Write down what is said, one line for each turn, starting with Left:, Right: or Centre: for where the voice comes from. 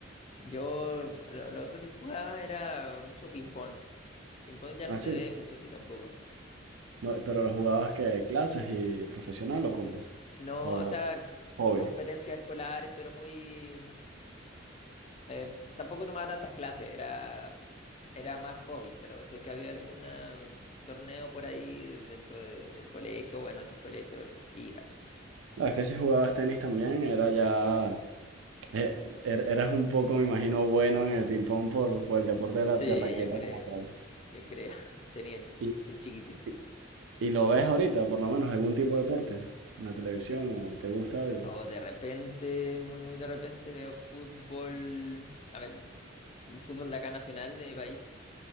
Left: Yo, lo, lo otro que jugaba era mucho ping-pong. Ping-pong ya no
Right: ¿Ah,
Left: se
Right: sí?
Left: ve mucho, sí, tampoco.
Right: No, pero lo jugabas que clases y profesional o cómo?
Left: No,
Right: O
Left: o sea,
Right: hobby.
Left: competencias escolares, pero muy... eh, tampoco tomaba tantas clases, era, era más hobby, pero sé que había algún torneo por ahí dentro de- del colegio o en otros colegios, iba.
Right: No, es que si jugabas tenis también era ya eh, er- eras un poco, me imagino, bueno en el ping pong por, por el deporte de,
Left: Sí,
Right: la- de raqueta
Left: yo creo,
Right: como tal.
Left: yo creo, <laughs> tenía en,
Right: ¿Y,
Left: en chiquitito.
Right: y- y lo ves ahorita, por lo menos, algún tipo de deporte en la televisión o te gusta algo?
Left: O de repente, muy, muy de repente veo fútbol, a ver, fútbol de acá nacional de mi país.